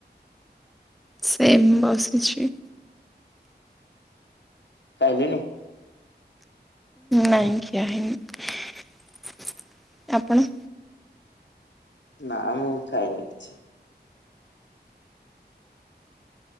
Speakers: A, in the centre; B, on the left.
A: ସେମ୍ ବସିଛି।
B: ଖାଇଲୁଣୁ?
A: ନାଇଁ ଖିଆ ହେଇନି। ଆପଣ?
B: ନା ମୁଁ ଖାଇନି କିଛି।